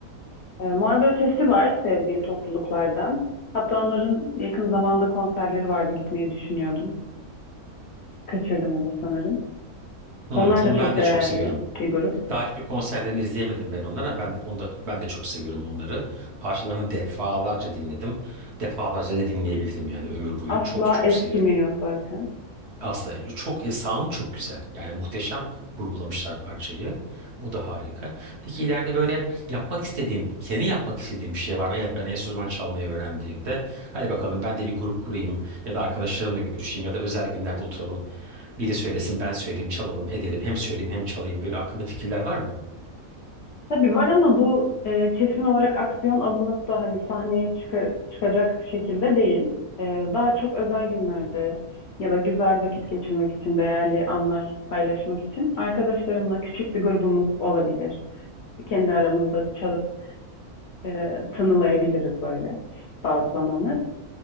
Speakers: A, on the left; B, on the right.
A: E, Muharebe Ötesi var sevdiğim topluluklardan. Hatta onların yakın zamanda konserleri vardı gitmeyi düşünüyordum. Kaçırdım ama sanırım.
B: Hmm,
A: Onlar
B: onu
A: da çok
B: ben de
A: değerli
B: çok seviyorum.
A: bir grup.
B: Daha hiçbir konserlerini izleyemedim ben onları ama ben de, onu da, ben de çok seviyorum onları. Parçalarını defalarca dinledim. Defalarca da dinleyebilirim yani ömür boyu.
A: Asla
B: Çok çok
A: eskimiyor
B: seviyorum.
A: zaten.
B: Aslında çok e, sound çok güzel. Yani muhteşem kurgulamışlar parçayı. Bu da harika. Peki ileride böyle yapmak istediğin, senin yapmak istediğin bir şey var mı? Evet ben enstrüman çalmayı öğrendiğimde hadi bakalım ben de bir grup kurayım ya da arkadaşlarımla görüşeyim ya da özel günlerde oturalım. Biri söylesin ben söyleyeyim çalalım edelim hem söyleyeyim hem çalayım böyle aklında fikirler var mı?
A: Tabii var ama bu e, kesin olarak aksiyon alınıp da hani sahneye çıka- çıkacak şekilde değil. E, daha çok özel günlerde ya da güzel vakit geçirmek için, değerli anlar paylaşmak için arkadaşlarımla küçük bir grubumuz olabilir. Kendi aramızda çalıp e, tınılayabiliriz böyle bazı zamanlar.